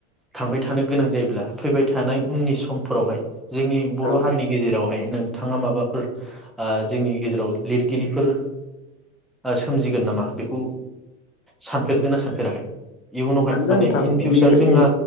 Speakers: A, in the centre; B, on the left.
A: थांबाय थानो गोनां जायोब्ला फैबाय थानाय उननि समफोरावहाय जोंनि बर'
B: औ
A: हारिनि गेजेरावहाय नों थाङा माबाफोर ओ जोंनि गेजेराव लिरगिरिफोर सोमजिगोन नामा बेखौ सानफेरदों ना सानफेराखै? इयुनावहाय
B: सानदों
A: माने
B: नोंथां
A: इन फिउसाराव
B: बि
A: जोंहा
B: बि